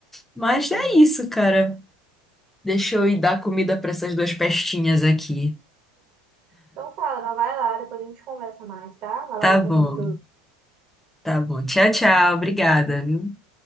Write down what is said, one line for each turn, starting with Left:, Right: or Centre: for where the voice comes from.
Centre: Mas
Right: É.
Centre: é isso, cara. Deixa eu ir dar comida para essas duas pestinhas aqui.
Right: Então tá, Ana, vai lá, depois a gente conversa mais, tá? Vai
Centre: Tá
Right: lá na atenção
Centre: bom, tá bom. Tchau, tchau. Obrigada, viu?